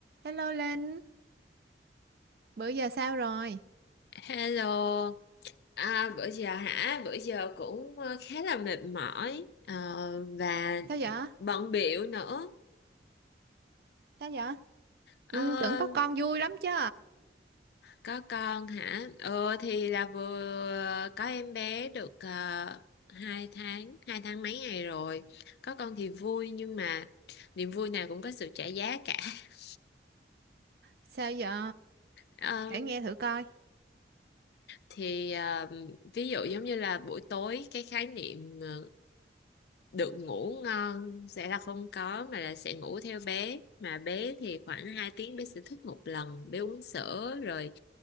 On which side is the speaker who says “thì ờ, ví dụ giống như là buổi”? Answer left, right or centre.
Left